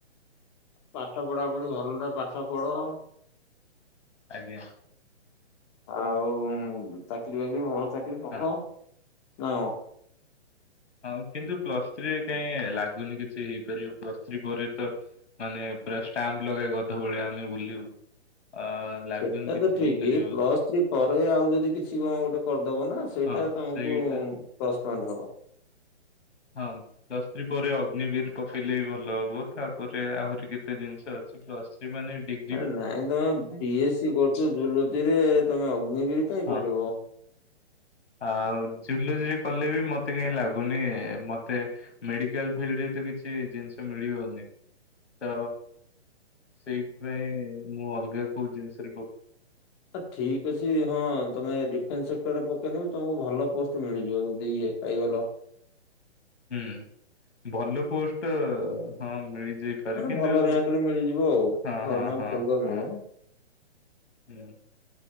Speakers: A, on the left; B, on the left.
A: ପାଠ ପଢା ପଢି ଭଲ ପାଠ ପଢ
B: ଆଜ୍ଞା
A: ଆଉ ଚାକିରି ବାକିରି ଭଲ ଚାକିରରି କଣ
B: ହଁ
A: ନା
B: ହଁ କିନ୍ତୁ ପ୍ଲସ୍ ଥ୍ରୀରେ କାଇହିଁ ଲାଗୁନି କିଛି ହେଇପାରିବ ପ୍ଲସ୍ ଥ୍ରୀ ପରେ ତ ମାନେ ପୁରା ଷ୍ଟାମ୍ପ ଲଗେଇ ଗଧ ଭଳିଆ ଆମେ ବୁଲିବୁ ଆ ଲାଗୁନି
A: ସେଟା
B: କିଛି
A: ତ ଠିକ
B: ହେଇପାରିବ ବୋଧେ।
A: ପ୍ଲସ ଥ୍ରୀ ପରେ ଆଉ ଯଦି କିଛି କଣ ଗୋଟେ କରିଦବ ନା ସେଇଟା
B: ହଁ
A: ତମକୁ
B: ସେଇଟା
A: ପ୍ଲସ୍ ପଏଣ୍ଟ ହବ।
B: ହଁ ଦଶ୍ରୀ ପରେ ଅଗ୍ନି ବିଡ଼ି ପକେଇଲେ ଭଲ ହବ ତାପରେ ଆହୁରି କେତେ ଜିନିଷ ଅଛି। ପ୍ଲସ ଥ୍ରି ମାନେଡି
A: ଆରେ ନାଇଁ ତମେ ବି ଏ ସି କରୁଛ ଜଝୁଲଚି ରେ ତମେ ଅଗ୍ନ ବିିରି କାଇଁ
B: ହଁ
A: ପକେଇବ?
B: ଆଉ ଝୁଲଝୁରି କଲେ ବି ମତେ କାହିଁ ଲାଗୁନି ମତେ? ମେଡିକାଲ ଫିଲ୍ଡ ରେ ତ କିଛି ଜିନିଷ ମିଳିବନି। ତ ସେଇଥିପାଇଁ ମୁଁ ଅଲଗା କୋଉ ଜିନିଷରେ ପକେଇ
A: ଆ ଠିକ ଅଛି ହଁ ତମେ ଇନ୍ ସେକ୍ଟରରେ ପକେଇଲେ ବି ତମକୁ ଭଲ ପୋଷ୍ଟ ମିଳିଯିବ ଯିଦି ଇଏ ପାଇଗଲ।
B: ହୁଁ ଭଲ ପୋଷ୍ଟ ହଁ ମିଳିଯାଇ
A: ମାନେ
B: କିନ୍ତୁ
A: ଭଲ ର୍ୟାଙ୍କରେ ମିଳିଯିବ ଆଉ
B: ହଁ
A: ନର୍ମାଲ
B: ହଁ ହଁ
A: ସୋଲଡର ନୁହଁ।
B: ହଁ। ହୁଁ